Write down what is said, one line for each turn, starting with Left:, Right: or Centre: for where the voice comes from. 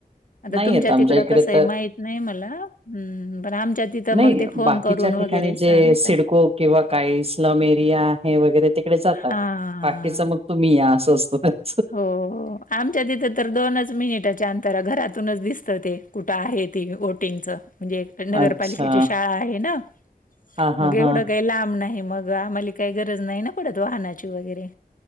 Left: आता
Right: नाही
Left: तुमच्या
Right: येत आमच्या
Left: तिकडं
Right: इकडे
Left: कसंय
Right: तर
Left: माहीत नाही मला. हम्म हम्म. पण आमच्या तिथं
Right: नाही
Left: मग ते फोन
Right: बाकीच्या
Left: करून वगैरे
Right: ठिकाणी
Left: सांगतात.
Right: जे सिडको किंवा काही स्लम एरिया आहे वगैरे तिकडे जातात.
Left: हां.
Right: बाकीच मग तुम्ही या असं असत त्यान
Left: हो हो, आमच्या तिथे तर दोनच मिनिटच्या आन तर घरातूनच दिसतं ते. कुठं आहे ते बोटिंगचं. म्हणजे नगरपालिकेची
Right: अच्छा
Left: शाळा आहे ना?
Right: हा हा
Left: मग
Right: हा
Left: एवढं काही लांब नाही मग. आम्हाला काही गरज नाही ना पडत. वाहनाची वगैरे.